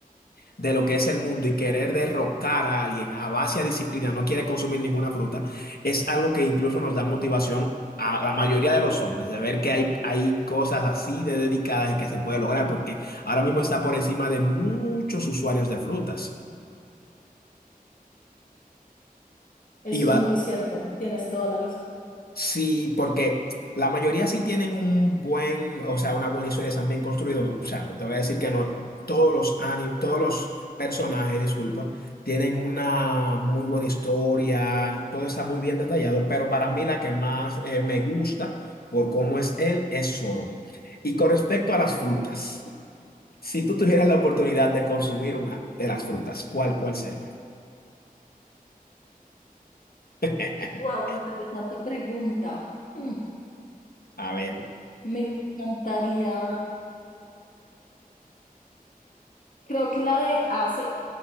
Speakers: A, on the left; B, on the left.
A: de lo que es el mundo y querer derrocar a alguien a base de disciplina, no quiere consumir ninguna fruta, es algo que incluso nos da motivación a la mayoría de los hombres, de ver que hay, hay cosas así de dedicadas y que se puede lograr, porque ahora mismo está por encima de muchos usuarios de frutas.
B: Eso
A: Y va.
B: es muy cierto, tienes toda la razón.
A: Sí, porque la mayoría sí tienen un buen, o sea, una buena historia, están bien construidos. ¿no? O sea, no te voy a decir que no, todos los ani- todos los personajes, disculpa, tienen una muy buena historia, todo está muy bien detallado, pero para mí la que más eh, me gusta por cómo es él es Zoro. Y con respecto a las frutas, si tú tuvieras la oportunidad de consumir una de las frutas, ¿cuál, cuál sería? <laughs>
B: Wow, interesante pregunta. Hmm,
A: A ver,
B: Me encantaría, creo que la de Ace,